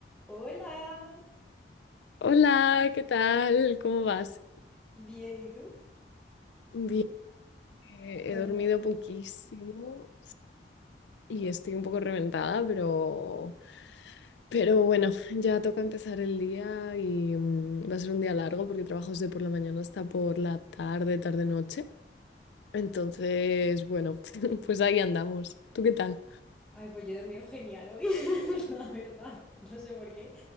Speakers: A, in the centre; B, on the left (about 80°).
A: Hola,
B: Hola, ¿qué tal? ¿Cómo vas?
A: bien, ¿y tú?
B: Bien, he
A: Pronto.
B: dormido poquísimo y estoy un poco reventada, pero, pero bueno, ya toca empezar el día y mm, va a ser un día largo porque trabajo desde por la mañana hasta por la tarde, tarde-noche. Entonces, bueno, <laughs> pues ahí andamos. ¿Tú qué tal?
A: Ay, pues yo he dormido genial hoy, <laughs> la verdad. No sé por qué,